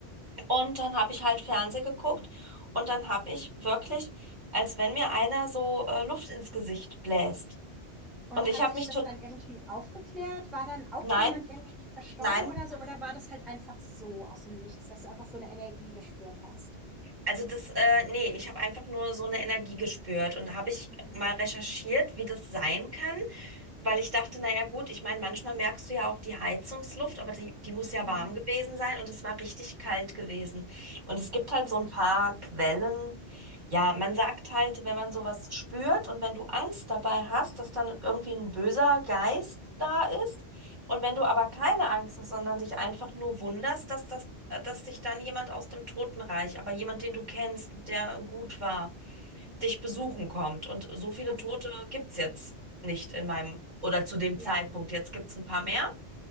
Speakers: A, on the right; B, in the centre.
A: Und dann habe ich halt Fernseh geguckt und dann habe ich wirklich, als wenn mir einer so äh, Luft ins Gesicht bläst.
B: Und
A: Und ich
B: hat
A: habe
B: sich
A: mich
B: das
A: tot,
B: dann irgendwie aufgeklärt? War dann auch
A: nein,
B: jemand irgendwie verstorben
A: nein,
B: oder so? Oder war das halt einfach so aus dem Nichts, dass du einfach so eine Energie gespürt hast?
A: also das, äh, nee, ich habe einfach nur so eine Energie gespürt und habe ich
B: Mhm,
A: mal recherchiert, wie das sein kann. Weil ich dachte, naja gut, ich meine, manchmal merkst du ja auch die Heizungsluft, aber die, die muss ja
B: mhm,
A: warm gewesen sein und es war richtig kalt gewesen. Und es gibt
B: komisch.
A: halt so ein paar Quellen. Ja, man sagt halt, wenn man sowas spürt und wenn du Angst dabei hast, dass dann irgendwie ein böser Geist da ist. Und wenn du aber keine Angst hast, sondern dich einfach nur wunderst, dass das, dass dich dann jemand aus dem Totenreich, aber jemand, den du kennst, der gut war dich besuchen kommt. Und so viele
B: Also,
A: Tote gibt es jetzt nicht in meinem oder zu dem
B: ja.
A: Zeitpunkt. Jetzt gibt es ein paar mehr.